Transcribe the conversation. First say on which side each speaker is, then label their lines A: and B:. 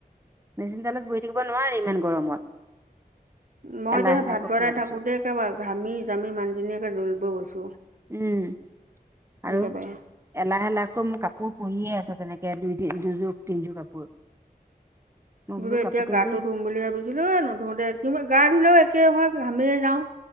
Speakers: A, on the right; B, on the right.
A: মেচিন তলত বহি থাকিব নোৱাৰি ইমান গৰমত,
B: মই
A: এলাহ
B: এতিয়া
A: এলাহক
B: ভাত বনাই
A: পেলাই
B: থাকোতে
A: থৈছোঁ।
B: একেবাৰে ঘামি জামি মানুজনীয়েকে জ্বলিব গৈছো।
A: উম, আৰু?
B: একেবাৰে
A: এলাহ এলাহকো কাপোৰ পৰিয়ে আছে তেনেকে দুই তি দুযোৰ তিনযোৰ কাপোৰ। মই
B: বোলো
A: কাপোৰ
B: এতিয়া
A: কেইযোৰ
B: গাটো ধুম বুলি ভাবি বোলো এ নোধোঁ দে কি গা ধুলেও একেই হয় ঘামিয়ে যাওঁ।